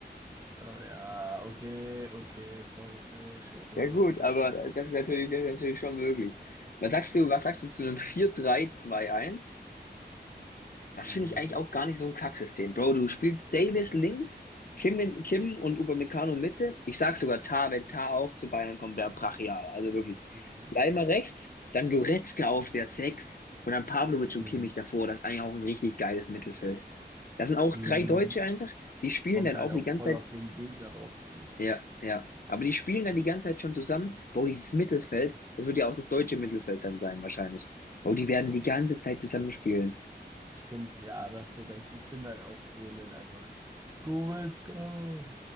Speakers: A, on the right (about 20°); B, on the left (about 55°).
A: Ah, Ja, okay, okay, sorry, Schere,
B: Ja gut,
A: Schere.
B: aber das ist natürlich, das ist natürlich schon möglich. Was sagst du, was sagst du zu einem vier drei zwei eins? Das
A: Mhm.
B: finde ich eigentlich auch gar nicht so ein Kacksystem. Bro, du spielst Davis links, Kim, in, Kim und Upamecano Mitte. Ich sag sogar Tah, wenn Tah auch zu Bayern kommt, wäre brachial. Also wirklich.
A: Mhm.
B: Leimer rechts, dann Goretzka auf der Sechs und dann Pavlovic und
A: Mhm.
B: Kimmich davor. Das ist eigentlich auch ein richtig geiles Mittelfeld. Das sind auch
A: Mhm.
B: drei Deutsche einfach. Die spielen
A: Kommt
B: dann
A: halt
B: auch
A: auch
B: die ganze
A: voll auf
B: Zeit.
A: den Gegner drauf an.
B: Ja, ja. Aber die spielen dann die ganze Zeit schon zusammen. Bro, dieses Mittelfeld, das wird ja auch das deutsche Mittelfeld dann sein, wahrscheinlich. Bro, die werden
A: Oh,
B: die ganze
A: ja.
B: Zeit zusammen spielen.
A: ich finde, ja, da hast du recht. Ich finde halt auch im Moment einfach Goretzka.